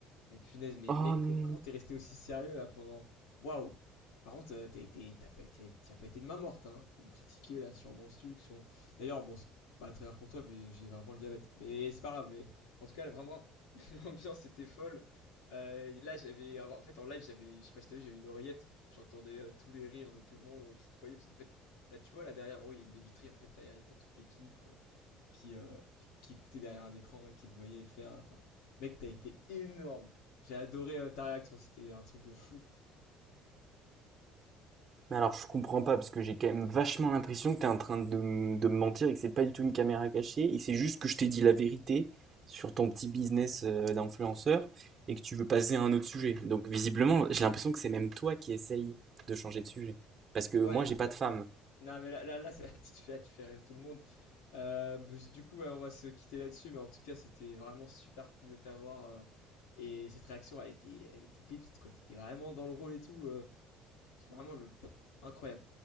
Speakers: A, on the left; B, on the right.
A: Mais punaise, mais
B: Oh
A: mec,
B: non.
A: com- comment t'es resté aussi sérieux là pendant... Waouh! Par contre, euh, t'as été, t'as pas été, t'y as pas été de main morte, hein, pour me critiquer là sur mon sucre, sur D'ailleurs, bon, c'est pas très grave pour toi, mais j'ai vraiment le diabète. Mais c'est pas grave, mais en tout cas, là, vraiment, <laughs> l'ambiance était folle. Euh, là, j'avais, en fait, en live, j'avais, je sais pas si t'as vu, j'avais une oreillette, j'entendais euh, tous les rires de tout le monde euh, qui te voyait, parce qu'en fait, là, tu vois, là derrière, en haut, il y a une baie vitrée, en fait, derrière, t'as toute l'équipe. euh, qui, euh, qui, qui écoutait derrière un écran et qui te voyait faire. Enfin, mec, t'as été énorme. J'ai adoré euh, ta réaction, c'était un truc de fou.
B: Mais alors, je comprends pas parce que j'ai quand même vachement l'impression que tu es en train de, m- de me mentir et que c'est pas du tout une caméra cachée et c'est juste que je t'ai dit la vérité sur ton petit business euh, d'influenceur et que tu veux passer à un autre sujet. Donc, visiblement, j'ai l'impression que c'est même toi qui essaye de changer de sujet parce que
A: Bon,
B: moi,
A: allez, <laughs>
B: j'ai pas
A: euh,
B: de femme.
A: non, mais là, là, là, ça- <laughs> tu, te fais, tu fais rire tout le monde. Euh, bah, du coup, ouais, on va se quitter là-dessus, mais en tout cas, c'était vraiment super cool de t'avoir. euh, et cette réaction, elle était, elle était pépite, quoi. T'étais vraiment dans le rôle et tout. euh, c'est vraiment le incroyable,